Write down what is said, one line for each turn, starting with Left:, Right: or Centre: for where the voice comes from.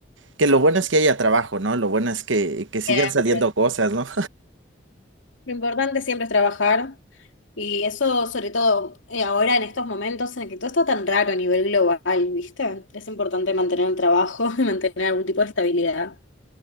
Right: que lo bueno es que haya trabajo, ¿no? Lo bueno es que, que sigan
Left: Siempre.
Right: saliendo cosas, ¿no?
Left: Lo importante siempre es trabajar y eso sobre todo eh, ahora en estos momentos en el que todo está tan raro a nivel global, ¿viste? Es importante mantener el trabajo <laughs> y mantener algún tipo de estabilidad